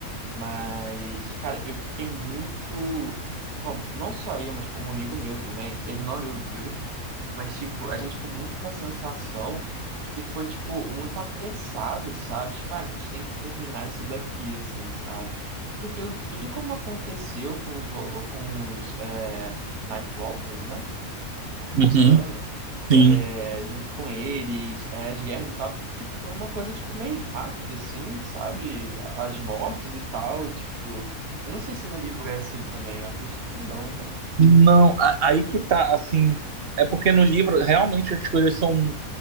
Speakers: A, on the right; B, on the right.
A: mas, cara, eu fiquei muito. como- não só eu, mas como um amigo meu também, ele não leu o livro. Mas, tipo, a gente ficou muito com a sensação que foi, tipo, muito apressado, sabe? Tipo, ah, a gente tem que terminar isso daqui, assim, sabe? Porque o- tudo como aconteceu com os, vo- com os é, Nightwalkers, né? Se eu
B: Uhum,
A: não me engano,
B: sim.
A: é, junto com eles, é, as guerras e tal, tipo, foi uma coisa, tipo, meio rápida, assim, sabe? As mortes e tal, tipo... Eu não sei se no livro é assim também, eu acredito que não, né?
B: Não, a- aí que tá, assim, é porque no livro realmente as coisas são,